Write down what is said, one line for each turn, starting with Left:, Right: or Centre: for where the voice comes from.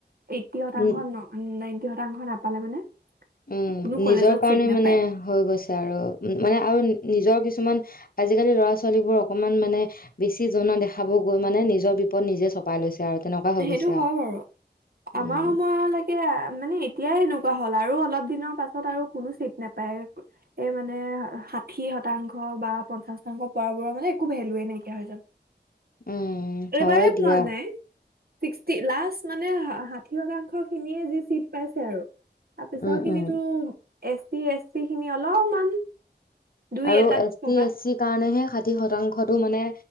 Right: এইটটি শতাংশ
Left: উম,
Right: ন নাইনটি শতাংশ নাপালে মানে
Left: উম,
Right: কোনো কলেজত
Left: নিজৰ কাৰণে
Right: চিট
Left: মানে
Right: নাপায়
Left: হৈ গৈছে আৰু মানে আৰু নিজৰ কিছুমান আজিকালি ল'ৰা-ছোৱালীবোৰ অকমান মানে বেছি জনা দেখাব গৈ মানে নিজৰ বিপদ নিজে চ পাই লৈছে আৰু তেনেকুৱা হৈ
Right: সেইটো
Left: গৈছে আৰু
Right: হয় বাৰু
Left: উম,
Right: আমাৰ সময় লৈ কে মানে এতিয়াই এনেকুৱা হ'ল আৰু অলপ দিনৰ পাছত আৰু কোনো চিট নাপায় আৰু এই মানে ষাঠি শতাংশ বা পঞ্চাশ শতাংশ পোৱা বোৰৰ মানে একো ভেলুৱে নাইকিয়া হৈ যাব।
Left: উম হয়
Right: এইবাৰেই
Left: দিয়া।
Right: পোৱা নাই ছিক্সটি, লাষ্ট মানে ষাঠি শতাংশ খিনিয়ে যি চিট পাইছে আৰু। তাৰপিছৰ
Left: উম,
Right: খিনিতো
Left: উম,
Right: এচ টি, এচ চি খিনি অলপমান দুই
Left: আৰু
Right: এটা
Left: এচ টি,
Right: কৰ'বাত
Left: এচ চি কাৰণেহে ষাঠি শতাংশটো মানে